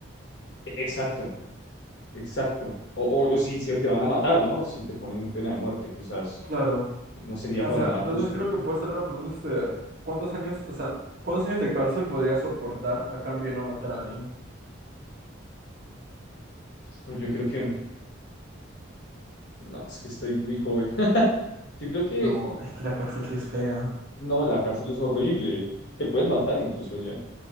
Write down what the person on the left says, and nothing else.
exacto, exacto. O, o, o si, si te van a matar, ¿no? Si te ponen pena de muerte, quizás
no sería
para
nada
justo.
Pero Yo creo que, no, es que estoy muy joven. <laughs> Yo creo que,
no, la cárcel es horrible. Te pueden matar incluso allá.